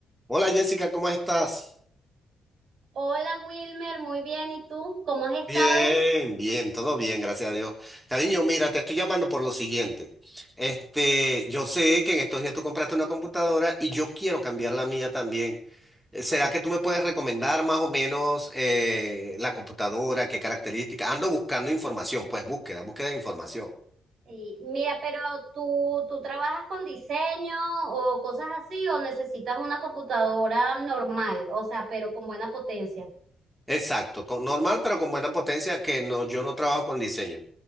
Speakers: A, in the centre; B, on the right.
A: Hola Jessica, ¿cómo estás?
B: Hola Wilmer, muy bien. ¿Y tú? ¿Cómo has estado?
A: Bien, bien, todo bien, gracias a Dios. Cariño, mira, te estoy llamando por lo siguiente. Este, yo sé que en estos días tú compraste una computadora y yo quiero cambiar la mía también. Eh, ¿Será que tú me puedes recomendar más o menos eh, la computadora, qué características? Ando buscando información, pues búsqueda, búsqueda de información.
B: Y mira, pero tú, ¿tú trabajas con diseño o cosas así o necesitas una computadora normal, o sea, pero con buena potencia?
A: Exacto, con, normal pero con buena potencia, que no, yo no trabajo con diseño.